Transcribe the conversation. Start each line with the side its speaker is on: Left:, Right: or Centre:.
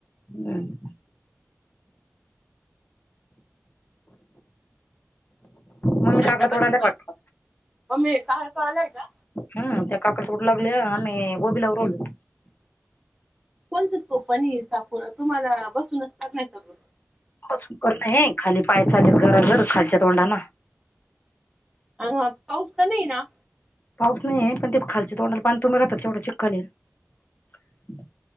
Left: हम् मामी
Centre: शतापती
Left: काकडी तोडली
Centre: का
Left: वाटत.
Centre: मम्मी काळ कळालाय का
Left: हम् त्या काकडत तोडू लागल्या आम्ही गोबीलावू लागवलो.
Centre: कोणचं सोपनी दाखवून तुम्हाला बसून असत नाही सगून
Left: सुकर नाही खाली पाय चालेत गर गर घर खालच्या तोंडाला.
Centre: ह हा पाऊस तर नाही ना?
Left: पाऊस नाहीय. पण ते खालचे तोंडाला पानी तोंडून राहतो ते चिखल आह.